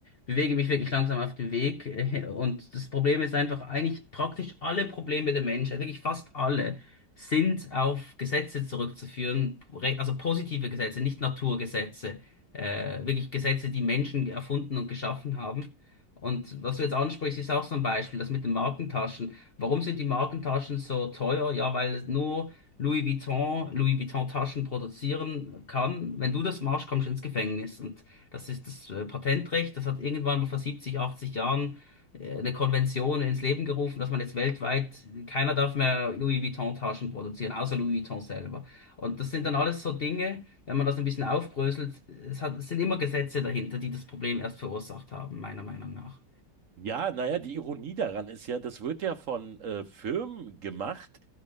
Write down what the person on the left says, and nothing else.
bewege mich wirklich langsam auf den Weg. <laughs> äh, Und das Problem ist einfach, eigentlich praktisch alle Probleme der Menschheit, wirklich fast alle, sind auf Gesetze zurückzuführen, re- also positive Gesetze, nicht Naturgesetze, äh, wirklich Gesetze, die Menschen erfunden und geschaffen haben. Und was du jetzt ansprichst, ist auch so ein Beispiel, das mit den Markentaschen. Warum sind die Markentaschen so teuer? Ja, weil es nur Louis Vuitton, Louis Vuitton Taschen produzieren kann. Wenn du das machst, kommst du ins Gefängnis. Und das ist das äh, Patentrecht. Das hat irgendwann mal vor 70, 80 Jahren äh, eine Konvention ins Leben gerufen, dass man jetzt weltweit, keiner darf mehr Louis Vuitton Taschen produzieren, außer Louis Vuitton selber. Und das sind dann alles so Dinge, wenn man das ein bisschen aufbröselt, es hat, es sind immer Gesetze dahinter, die das Problem erst verursacht haben, meiner Meinung nach.